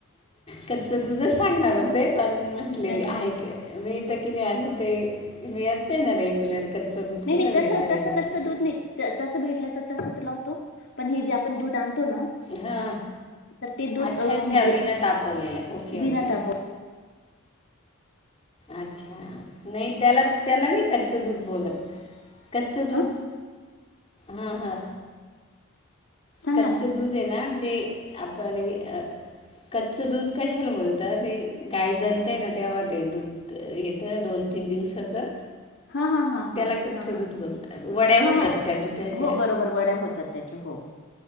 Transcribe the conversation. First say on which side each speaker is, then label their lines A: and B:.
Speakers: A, on the left (about 25°); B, on the left (about 55°).
A: कच्च दूधचं सांगणार होते पण म्हटले
B: अच्छा
A: आहे की मिळतं की नाही आता ते? मिळत नाही ना रेग्युलर? कच्चं दूध
B: नाही
A: कुठं
B: नाही तसं
A: मिळतं रेग्युलर
B: तसं कच्च दूध नाही. त तसं भेटलं तर तसं तर लावतो, पण हे जे आपण दूध आणतो ना
A: हा
B: तर ते दूध
A: अच्छा
B: अ,
A: अच्छा
B: म्हणजे
A: बिना तापवलेल्या ओके
B: बिना
A: ओके.
B: ताप
A: अच्छा नाही त्याला त्याला नाही कच्च दूध बोलत कच्च दूध,
B: ह
A: हा हा.
B: सांगा
A: कच्चं
B: ना
A: दूध आहे ना जे आपण इ अ कच्चं दूध कशाला बोलता ते गाय जनते ना तेव्हा ते दूध त येतं दोन तीन दिवसाचं.
B: हा हा हा हा
A: त्याला कच्चं
B: हा हा
A: दूध बोलतात वड्या
B: हा
A: होतात
B: हा हा
A: त्या दुधाच्या
B: हो बरोबर वड्या होतात. त्याच्या हो.